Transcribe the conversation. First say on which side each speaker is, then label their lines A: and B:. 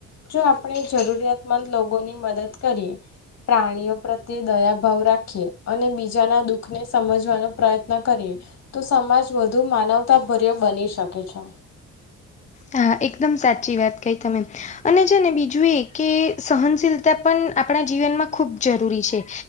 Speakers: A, on the left (about 60°); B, on the left (about 25°).
A: જો આપણે જરૂરિયાતમંદ લોકોની મદદ કરીએ પ્રાણીઓ પ્રત્યે દયાભાવ રાખીએ અને બીજાના દુઃખને સમજવાનો પ્રયત્ન કરીએ તો સમાજ વધુ માનવતાભર્યો બની શકે છે.
B: હા એકદમ સાચી વાત કઈ તમે અને છે ને બીજું એ કે સહનશીલ તા પણ આપણા જીવનમાં ખૂબ જરૂરી છે.